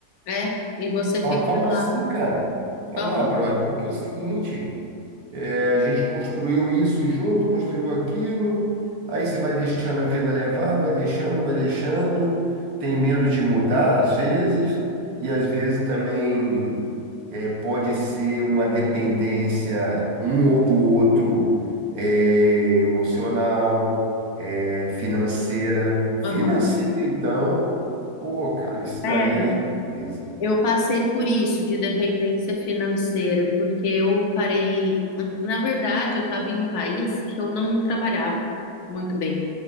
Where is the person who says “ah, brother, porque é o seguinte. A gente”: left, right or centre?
Right